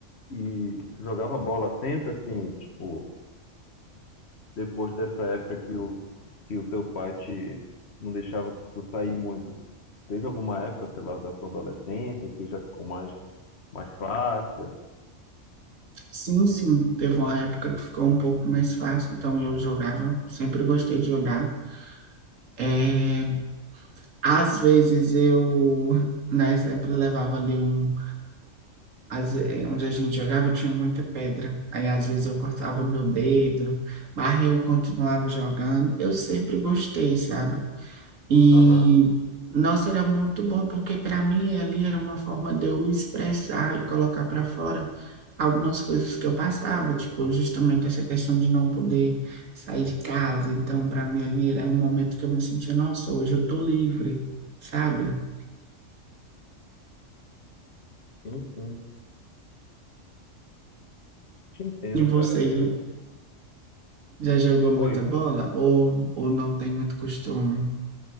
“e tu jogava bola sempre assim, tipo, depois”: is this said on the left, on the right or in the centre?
Left